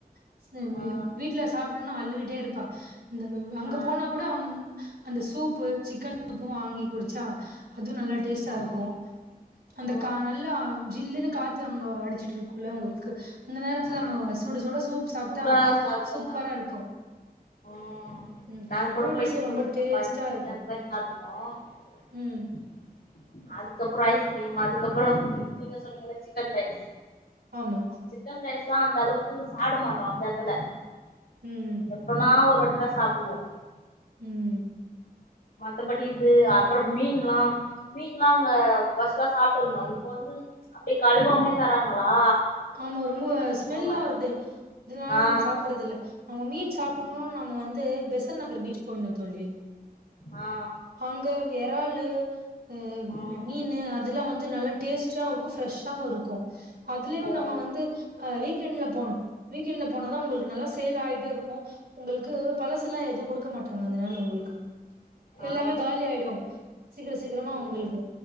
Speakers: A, on the right; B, on the left.
A: <unintelligible>
B: ஆ
A: வீட்ல சாப்டுன்னா அழிவிட்டே இருப்பா இந்த அங்க
B: ஆ
A: போனா கூட அந்த சூப்பு சிக்கன் சூப்பு வாங்கி குடிச்சா அதுவு நல்ல டேஸ்டா
B: ஆ
A: இருக்கு அந்த
B: ஆ
A: கான் நல்லா ஜில்லுன்னு காத்து அங்க அடிச்சுட்டு இருக்குல்ல உங்களுக்கு அந்த நேரத்துல
B: ஆ
A: நம்ம சுட சுட சூப் சாப்ட்டா
B: சூடா சாப்ட்டனா
A: சூப்பரா இருக்கு
B: ம்
A: ம்
B: நாங்க கூட
A: நூடுல்ஸு
B: போயிட்டு சுட
A: ரொம்ப
B: சுட
A: டேஸ்ட்டா
B: பஜ்ஜி
A: இருக்கு
B: அந்த மாரி <unintelligible>
A: ம்
B: அதுக்கப்பறோ ஐஸ்கிரீம் அதுக்கப்பறோ நீங்க சொன்னீங்கள சிக்கன் ரைஸ்
A: ஆமா
B: சிக்கன் ரைஸ்ல்லா அந்த அளவுக்கு சாப்ட மாட்டோ அந்த எடத்துல
A: ம்
B: அப்பறமா ஒரு வட்ட சாப்டுவோம்
A: ம்
B: மத்தபடி இது அப்பறோமீன்லா மீன்லா அங்க பஸ்ட் எலா சாப்டு இருந்தோ இப்ப வந்து அப்டியே கழுவாமே தராங்களா
A: ஆமா ரொம்ப ஸ்மெல்லா
B: அவங்க
A: வருது அதனால
B: ஆ
A: நம்ப சாப்பட்றது இல்ல நம்ம மீன் சாப்புடணு
B: ம்
A: நம்ம வந்து பெசன் நகர் பீச் போயின்னு தோழி
B: ஆ
A: அங்க எறாலு அ
B: ம்
A: மீனு அதெல்லா வந்து நல்லா டேஸ்ட்டா இருக்கு ஃப்ரெஷ்ஷாவு இருக்கு அதுலயு
B: ஓ
A: நம்ம வந்து அ வீக்கெண்ட்ல போணு வீக்கெண்ட்ல போனாதா உங்களுக்கு நல்லா சேல் ஆய்ட்டே இருக்கு உங்களுக்கு பழசுல்லா எதுவு குடுக்க மாட்டாங்க அதனால உங்களுக்கு எல்லாமே
B: ஆ
A: காலி ஆயிடு சீக்கர சீக்கரமா
B: ம்
A: உங்களுக்கு